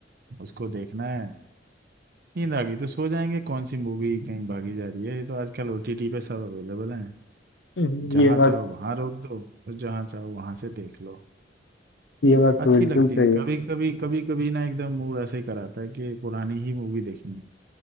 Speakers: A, on the right (about 55°); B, on the left (about 75°).
A: उसको देखना है नींद आ गई तो सो जाएंगे कौन सी मूवी कहीं भागी जा रही है ये तो आजकल ओटीटी पे सब अवेलेबल है
B: हम्म,
A: जहाँ
B: ये बात
A: चाहो वहाँ रोक दो और जहाँ चाहो वहाँ से देख लो
B: ये बात
A: अच्छी
B: तो बिल्कुल
A: लगती
B: सही
A: हैं कभी
B: है
A: कभी कभी कभी ना एकदम मूड ऐसे ही कराता है कि पुरानी ही मूवी देखनी है